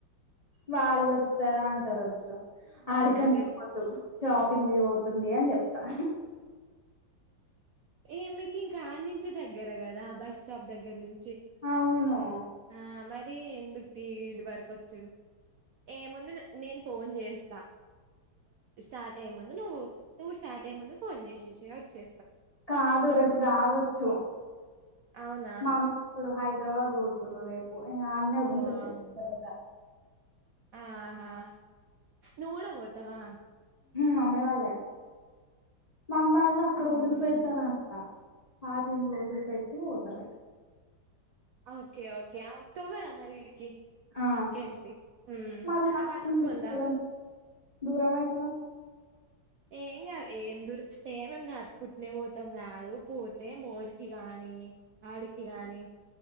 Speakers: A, on the left; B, on the right.
A: వాళ్ళొస్తా అంటారూ కావచ్చు ఆడికని
B: అదే
A: చెప్పోద్దు షాపింగ్ కి పోతుంది అని చెప్తా
B: ఏ మీకు ఇంకా ఆడ నుంచి దగ్గర కదా బస్ స్టాప్ దగ్గర నుం
A: అవును
B: ఆ మరి ఎందుకు తీ ఈడ వరకు ఓచ్చుడు ఏముంది నేను ఫోన్ చేస్తా స్టార్ట్ అయ్యే ముందు నువ్వు నువ్వు స్టార్ట్ అయ్యే ముందు ఫోన్ చేసేసియ్ వచ్చే
A: కాదు రేపు కాదొచ్చు
B: అవునా
A: మా అమ్మీ వాళ్ళు హైదరాబాద్కు పోతుంది రూ రేపు ఇగ అన్నే వదిలి
B: ఓ
A: పెట్టిత్త
B: అవును
A: తర్వత
B: ఆహా నూవ్యు కూడా పోతవా
A: మామ్మీ వాళ్ళే మా అమ్మ వాళ్ళు అక్కడ
B: ఉమ్,
A: వదిలి పెడతారా అంట పాత ఇంట్ల వదిలి పెట్టి పోతారాంట
B: ఓకే ఓకే ఆ వస్తవ్ గద మరి ఇడికి
A: ఆ
B: ఇంకేంటిహ్
A: మళ్ళా
B: అవి పట్టుకొని దా
A: దూరం దూరం అయితది
B: ఏం కాదు ఏం దూర్ ఏమేం నడుసుకుంటునే పోతాం కాదు పోత తే మోరికి గాని ఆడికి గాని